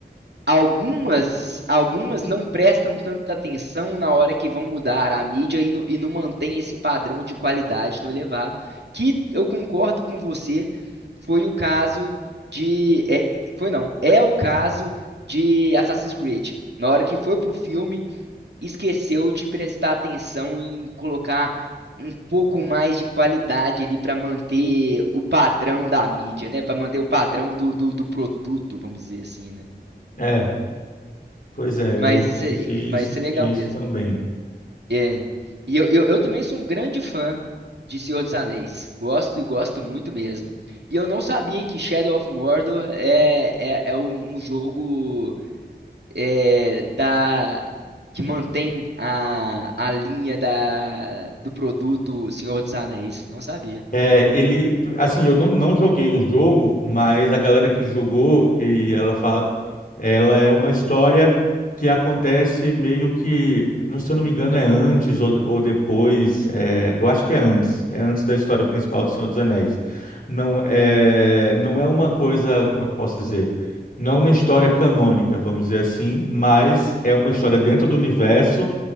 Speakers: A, on the right; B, on the left.
A: Algumas, algumas não prestam tanta atenção na hora que vão mudar a mídia e, não- e não mantém esse padrão de qualidade tão elevado, que eu concordo com você, foi o caso de, é- foi não, é o caso de Assassin's Creed. Na hora que foi pro filme, esqueceu de prestar atenção em colocar um pouco mais de qualidade ali para manter o padrão da mídia, né? Para manter o padrão do, do do produto, vamos dizer assim, né?
B: é, pois é,
A: Mas
B: eu senti,
A: isso é, mas
B: senti
A: isso é legal
B: isso
A: mesmo.
B: também.
A: É. E eu, eu, eu também sou um grande fã de Senhor dos Anéis. Gosto e gosto muito mesmo. E eu não sabia que Shadow of Mordor é, é, é um, um jogo é, da, que mantém a, a linha da, do produto Senhor dos Anéis. Não sabia.
B: É, ele, assim, eu não, não joguei o jogo, mas a galera que jogou, e ela fala Ela é uma história que acontece meio que, não se eu não me engano, é antes ou, ou depois. é, eu acho que é antes. É antes da história principal do Senhor dos Anéis. Não é, não é uma coisa, como é que eu posso dizer? Não é uma história canônica, vamos dizer assim, mas é uma história dentro do universo